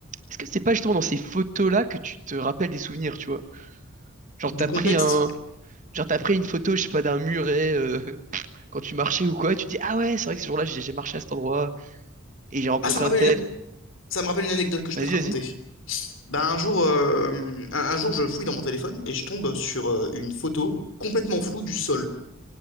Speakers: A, on the right; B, on the left.
A: Est-ce que c'est pas justement dans ces photos-là que tu te rappelles des souvenirs, tu vois? Genre
B: Du
A: t'as
B: contexte.
A: pris un, genre t'as pris une photo, je sais pas, d'un muret euh, <laughs> quand tu marchais ou quoi, et tu dis ah ouais, c'est vrai que ce jour-là j'ai j'ai marché à cet endroit et j'ai rencontré
B: Ah, ça me rappelle
A: un tel.
B: une... ça me rappelle une anecdote que je
A: Vas-y,
B: peux te raconter.
A: vas-y.
B: Bah, un jour, euh, un, un jour, je fouille dans mon téléphone et je tombe sur euh, une photo complètement floue du sol.